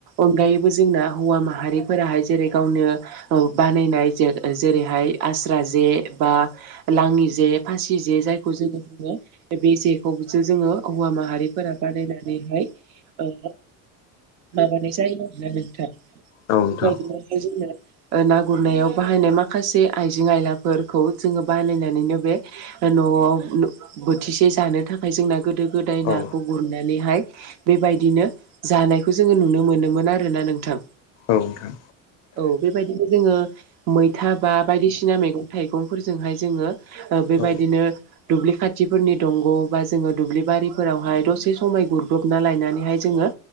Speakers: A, on the right (about 80°); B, on the left (about 45°).
A: अनगायैबो जोंना हौवा माहारिफोराहाय जेरै गावनो ओ बानायनाय जे-जेरैहाय आस्रा जे बा लाङि जे फासि जे जायखौ जोङो बुङो। बे जेखौसो जोङो हौवा माहारिफोरा बानायनानैहाय ओ माबानाय जायो आरोना नोंथां बेबायदिनो
B: औ नोंथां
A: जोंना ओ ना गुरनायाव बाहायनाय माखासे आइजें आयलाफोरखौ जोङो बानायायनानैनो बे न'आव बोथिसे जानो थाखाय जोंना गोदो गोदाय नाखौ
B: औ
A: गुरनो नानैहाय बेबायदिनो जानायखौ जोङो नुनो मोनोमोन आरोना नोंथां
B: औ नोंथां
A: औ बेबायदिनो जोङो मैथा बा बायदिसिना मैगं-थाइगंफोरजोंहाय जोङो बेबायदिनो।
B: औ
A: दुब्लि खाथिफोरनि दंग' बा जोङो दुब्लि बारिफोरावहाय दसे समाय गुरब्रबना लायनानैहाय जोङो